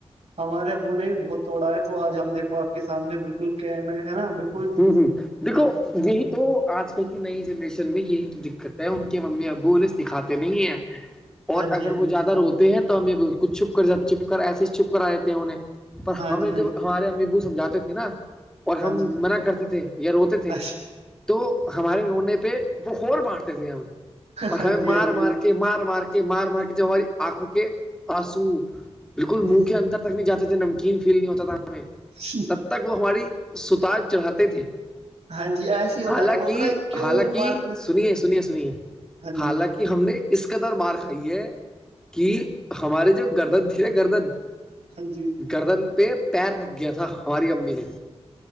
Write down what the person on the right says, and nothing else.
ہمارے ابو نے بھی بہت توڑا ہے تو آج ہم دیکو آپ کے سامنے بالکل قم ہے نا بکل
ہاں جی
ہاں
جی
ہاں
جی
ہاں جی
ہاں
جی
اچھا،
ہاں
جی
ہاں جی
جی
جی
ہاں جی ایسے ہی ہوتا
ہے وہ پت کیوں
مارتے ہیں؟
ہاں جی
ہاں جی